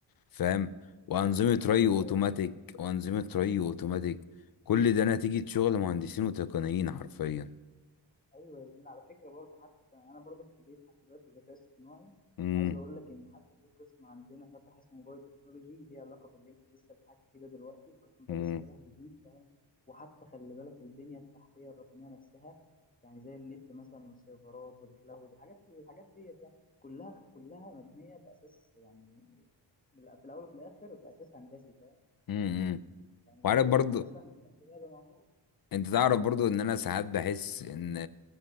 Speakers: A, on the left; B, on the left.
A: فاهم وانظمه ري
B: ايوه
A: اوتوماتيك
B: ايوه
A: وانظمه ري اوتوماتيك كل ده نتيجه شغل مهندسين وتقنيين حرفيا
B: ايوه يا زميلي على فكره برضه حتى في- انا برضه في كليه حاسبات وذكاء اصطناعي
A: امم
B: وعايز اقول لك ان حتى في قسم عندنا فتح اسمه بايو تكنولوجي ليه علاقه باللي انت لسه بتحكي فيه ده دلوقتي القسم ده
A: امم
B: لسه فاتح جديد فاهم وحتى خلي بالك البنيه التحتيه الرقميه نفسها يعني زي النت مثلا والسيرفرات والكلاود الحاجات الحاجات ديت يعني كلها كلها مبنيه باساس يعني بال- في الاول وفي الاخر باساس هندسي فاهم
A: امم
B: يعني من
A: وعارف
B: غير
A: برضو
B: الهندسه ما كانش ده يبقى موجود
A: انت تعرف برضو ان انا ساعات بحس ان